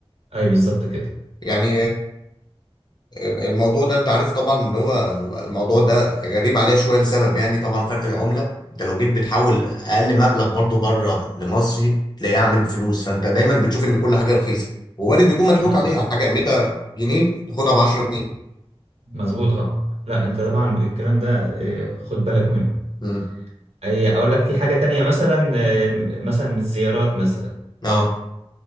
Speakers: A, on the right; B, on the left.
A: أي بالظبط كده
B: يعني الموضوع ده انت عارف طبعا ان هو الموضوع ده غريب عليه شويه لسبب يعني طبعا فرق العمله انت لو جيت بتحول اقل مبلغ برضو بره لمصري تلاقيه عامل فلوس فانت دايما بتشوف ان كل حاجه رخيصه ووارد يكون مضحوك
A: آه،
B: عليها
A: لا
B: حاجه قيمتها جنيه تاخدها ب 10 جنيه
A: مظبوط اه لا انت طبعا الكلام ده آه، خد بالك منه
B: امم
A: أي اقول لك في حاجة تانية مثلا آه، مثلا الزيارات مثلا
B: اه